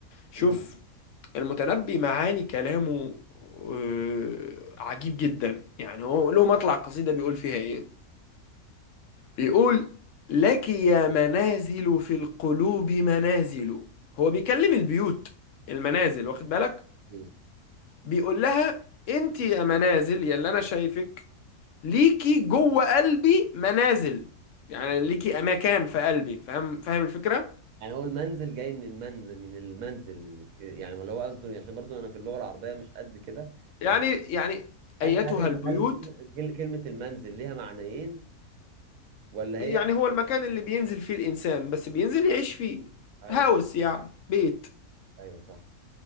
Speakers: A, on the left; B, on the right.
A: شوف
B: امم
A: المتنبي معاني كلامه آه، عجيب جدا يعني هو له مطلع قصيدة بيقول فيها إيه بيقول لك يا منازل في القلوب منازل هو بيكلم البيوت المنازل واخد بالك
B: ايوه
A: بيقول لها انت يا منازل يا اللي انا شايفك ليكي جوه قلبي منازل يعني ليكي اماكن في قلبي فاهم فاهم الفكره
B: يعني هو المنزل جاي من المنزل من المنزل يعني ولا هو قصده عشان برضو انا في اللغه العربيه مش قد كده
A: يعني
B: بس
A: يعني ايتها
B: هل هل
A: البيوت
B: هل جل- كلمه المنزل ليها معنيين ولا
A: يعني
B: هي
A: هو المكان اللي بينزل فيه الانسان بس بينزل يعيش فيه
B: ايوه
A: هاوس يعني بيت
B: ايوه صح